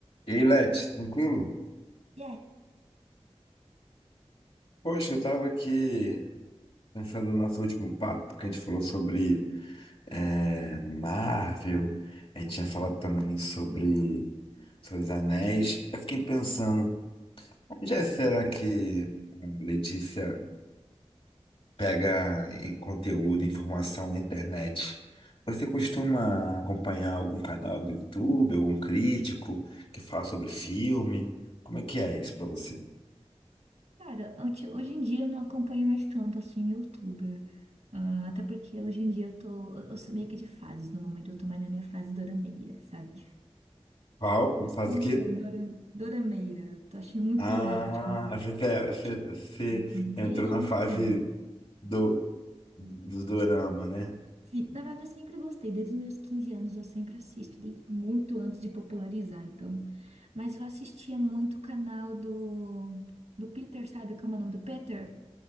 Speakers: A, on the left (about 60°); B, on the right (about 80°).
A: Ei, Leti, tranquilo?
B: E aí,
A: Poxa, eu tava aqui pensando no nosso último papo, que a gente falou sobre é, Marvel, a gente tinha falado também sobre, sobre os Anéis. Eu fiquei pensando, onde é será que a Letícia pega em- conteúdo, informação na internet? Você costuma acompanhar algum canal do YouTube, algum crítico que fala sobre filme? Como é que é isso pra você?
B: cara, ante- hoje em dia eu não acompanho mais tanto assim youtuber. Ah, até porque hoje em dia eu tô. Eu eu sou meio que de fases. No momento eu tô mais na minha fase dorameira, sabe?
A: Qual? Faz
B: Hum,
A: o quê?
B: é Dora, dorameira. Tô achando muito
A: Ah,
B: dorama, tipo.
A: você, tá-
B: Sempre assisti
A: você, você
B: desde
A: entrou na
B: muitos
A: fase
B: anos.
A: do, do dorama, né?
B: Sim, na verdade, eu sempre gostei. Desde os meus 15 anos eu sempre assisto, desde muito antes de popularizar, então. Mas eu assistia muito o canal do, do Peter, sabe? Como é o nome do Peter?